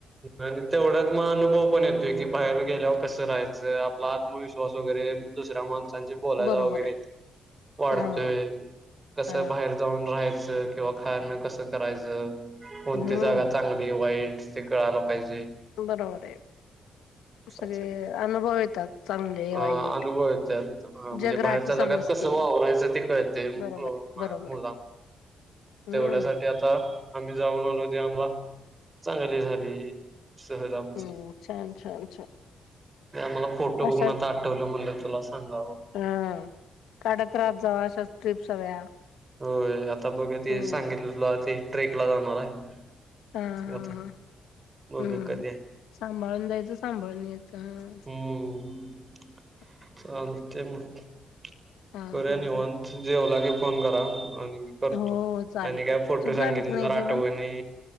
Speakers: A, on the right; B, on the left.
A: आणि तेवढाच म अनुभव पण येतोय की बाहेर गेल्यावर कसं राहायचं आपला आत्मविश्वास वगैरे दुसऱ्या माण सांशी बोलायला
B: बरोबर
A: वगैरे
B: आहे
A: वाढतोय
B: हो
A: कसं
B: हा
A: बाहेर जाऊन राहायचं किंवा खायण कस करायचं कोणती
B: हम्म
A: जागा चांगली वाईट ते कळायला पाहिजे
B: बरोबर आहे.
A: <inaudible>
B: सगळे अनुभव
A: <inaudible>
B: येतात चांगले वाईट
A: अ अनुभव येत्यात म्हणजे
B: जग
A: बाहेरच्या
B: राहटी समजते
A: जगात कस वा वरायचं ते कळते अ
B: बरोबर आहे बरोबर
A: आ मुला
B: आहे
A: तेवढ्यासाठी
B: हम्म
A: आता आम्ही जाऊन आलो तेव्हा चांगली झाली शहराची
B: हम्म <unintelligible>
A: ते आम्हाला फोटो
B: अशाच
A: बघून आता आठवलं म्हटलं चला सांगावं.
B: हा काढत राहत जाऊ अशाच ट्रीप सगळ्या.
A: होय आता बघ ते
B: हम्म
A: सांगितलं तुला ते ट्रेक ला जाणार आहे.
B: हा हा
A: आता
B: हा.
A: बघ
B: हम्म
A: कधी आहे
B: सांभाळून जायचं सांभाळून यायचं ह.
A: हम्म
B: <inaudible>
A: चालते मग. <inaudible>
B: हा
A: करूया
B: हा हा
A: निवांत
B: हा
A: जेवला की फोन करा आणि मी करतो
B: हो चालेल
A: आणि
B: चालेल
A: काय फोटो
B: तू
A: सांगितलं
B: झालं की नाही
A: तर आठवणी
B: जेवण